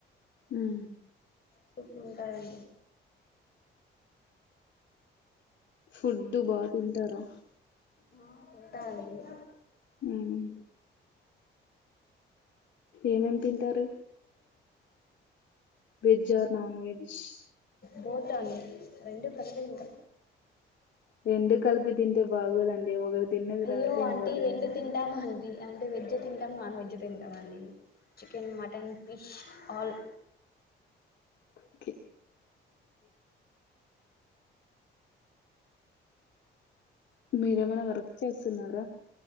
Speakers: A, on the left; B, on the left.
A: హ్మ్
B: చెప్పు ఇంకా ఏంటి
A: ఫుడ్డు బా తింటారా
B: ఆ తింటామండి
A: హ్మ్ ఏమేమ్ తింటారు veg or non veg
B: both or మీ రెండు కలిపి తింటా
A: రెండు కలిపి తింటే బాగోదండి ఒకటి తిన్న
B: అయ్యో
A: తర్వాత
B: అంటీ
A: ఇంకోటి తింటాం
B: రెండు తింటామ్ ఆంటీ అంటే వెజ్జే తింటాం నాన్ వెజ్జే తింటామండి chicken mutton fish all
A: okay మీరేమైనా వర్క్ చేస్తున్నారా